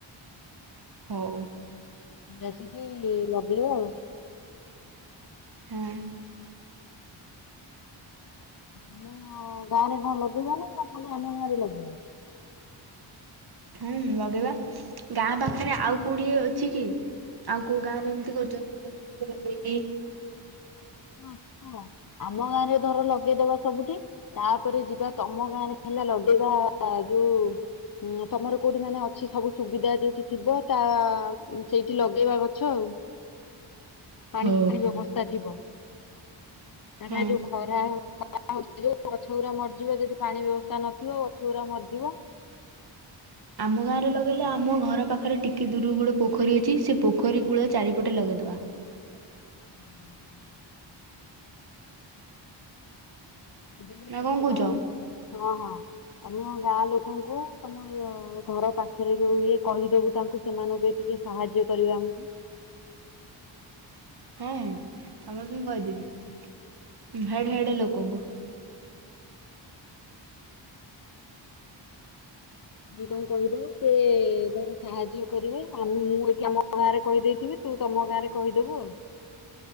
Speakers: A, on the right; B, on the left.
A: ହଉ।
B: ଆସିକି ଲଗେଇବ ଆଉ।
A: ହଁ।
B: ଆଉ ତମ ଗାଁ ରେ କଣ ଲଗେଇବା ନା ଖାଲି ଆମ ଗାଁରେ ଲଗେଇବା।
A: ହୁଁ ଲଗେଇବା ଗାଁ ପାଖରେ
B: ହୁଁ
A: ଆଉ କୋଡିଏ ଅଛି କି। ଆଉ କୋଉ ଗାଁ ରେ ଏମିତି କରୁଛନ୍ତି ଲଗେଇକି
B: <unintelligible> ଆମ ଗାଁ ରେ ଧର ଲଗେଇଦବା ସବୁଠି। ତାପରେ ଯିବା ତମ ଗାଁରେ ହେଲା ଲଗେଇବା ଯୋଉ ହୁଁ ତମର କୋଉଠି ମାନେ ଅଛି ସବୁ ସୁବିଧା ଯୋଉଠି ଥିବ ତା ସେଇଠି ଲଗେଇବା ଗଛ ଆଉ। ପାଣି
A: ହଉ।
B: ଫାଣି ବ୍ୟବସ୍ଥା ଥିବ। ଆମ
A: ହଁ
B: ଯୋଉ ଖରା ହଉ ଖ ହଉଛି ଯୋଉ ଗଛଗୁଡା ମରିଯିବ ଯଦି ପାଣି ବ୍ୟବସ୍ଥା ନଥିବ ଗଛ ଗୁଡା ମରିଯିବ।
A: ଆମ ଗାଁରେ ଲଗେଇଲେ ଆମ ଘର ପାଖରେ ଟିକିେ ଦୂରକୁ ଗୋଡ଼ଏ ପୋଖରୀ ଅଛି ସେ ପୋଖରୀ କୂଳ ଚାରିପଟେ ଲଗେଇଦେବା।
B: ହଁ। ଦେଲେ
A: ନା
B: ତମ
A: କଣ କହୁଛ?
B: ଗାଁ ଲୋକ ହଁ ହଁ ତମ ଗାଁ ଲୋକଙ୍କୁ ତମ ଘର ପାଖରେ ଯୋଉ ଇଏ କହିଦବୁ ତାଙ୍କୁ ସେମାନଙ୍କୁ ବି ଟିକେ ସାହାଯ୍ୟ କରିବା ଆମକୁ।
A: ହଁ ହଁ ସମସ୍ତଙ୍କୁ କହିଦେବି ହେଡ ହେଡ ଲୋକଙ୍କୁ।
B: ଆମେ କଣ କହିଦେବୁ ସେ ଧର ସାହାଯ୍ୟ କରିବେ ଆମେ ମୁଁ ଏଠି ଆ ତମ ଗାଁରେ କହିଦେଇଥିବି। ତୁ ତମ ଗାଁରେ କହିେବୁ ଆଉ।